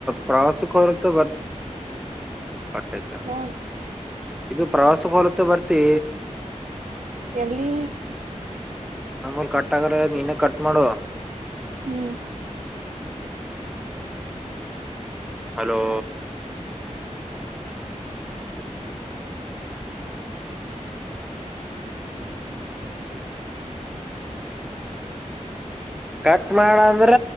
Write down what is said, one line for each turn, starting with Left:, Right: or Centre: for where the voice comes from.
Centre: ಪ್ರವಾಸಿಕ ಹೊರತ ಬರ್ತಿ ಕಟ್ಟಯಿತಲ್ಲ
Right: ನಾನ್
Centre: ಇದು ಪ್ರವಾಸಕ್ಕೆ ಹೋಲತ್ತ ಬರ್ತಿ
Right: ಎಲ್ಲಿ
Centre: ನಮ್ಮಲ್ ಕಟ್ ಆಗಲ್ಲ ಆಗಿಲ್ಲ ನೀನೇ ಕಟ್ ಮಾಡು
Right: ಹ್ಮ್
Centre: ಹಲೋ ಕಟ್ ಮಾಡ್ ಅಂದ್ರ